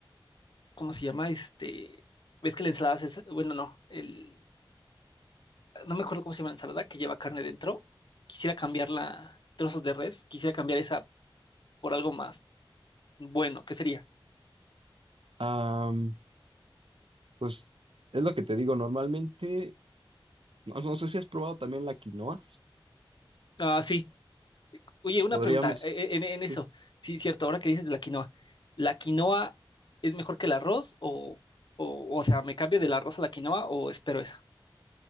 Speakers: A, on the left (about 60°); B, on the right (about 75°).
A: ¿cómo se llama? Este, ¿ves que la ensalada es, bueno, no, el, no me acuerdo cómo se llama la ensalada que lleva carne dentro? Quisiera cambiarla, trozos de res, quisiera cambiar esa por algo más bueno. ¿Qué sería?
B: Am, pues es lo que te digo, normalmente, no, no sé si has probado también la quinoa,
A: Ah, sí. Oye, una
B: podríamos.
A: pregunta eh, eh, en, en
B: sí.
A: eso. Sí, cierto, ahora que dices de la quinoa. ¿La quinoa es mejor que el arroz o, o, o sea, me cambio del arroz a la quinoa o espero esa?